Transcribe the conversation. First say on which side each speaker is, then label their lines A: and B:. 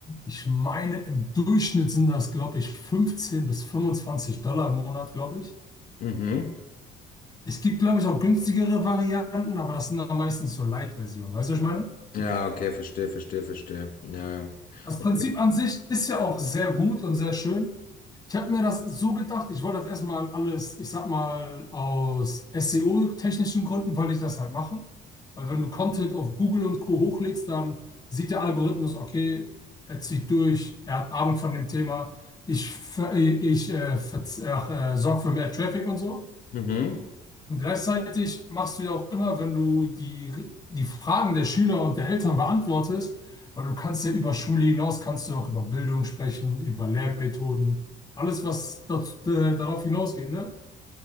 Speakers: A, on the left; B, on the left.
A: Ich meine, im Durchschnitt sind das, glaube ich, 15 bis 25 Dollar im Monat, glaube ich.
B: Mhm.
A: Es gibt, glaube ich, auch günstigere Varianten, aber das sind dann meistens so Light-Versionen. Weißt du, was ich meine?
B: Ja, okay, verstehe, verstehe, verstehe. Ja, ja.
A: Das
B: Okay.
A: Prinzip an sich ist ja auch sehr gut und sehr schön. Ich habe mir das so gedacht, ich wollte das erstmal alles, ich sag mal, aus SEO-technischen Gründen wollte ich das halt machen. Weil wenn du Content auf Google und Co. hochlädst, dann sieht der Algorithmus, okay, er zieht durch, er hat Ahnung von dem Thema, ich, ver- ich äh, sorge für mehr Traffic und so.
B: Mhm.
A: Und gleichzeitig machst du ja auch immer, wenn du die, die Fragen der Schüler und der Eltern beantwortest, weil du kannst ja über Schule hinaus, kannst du auch über Bildung sprechen, über Lehrmethoden, alles, was dort, äh, darauf hinausgeht, ne?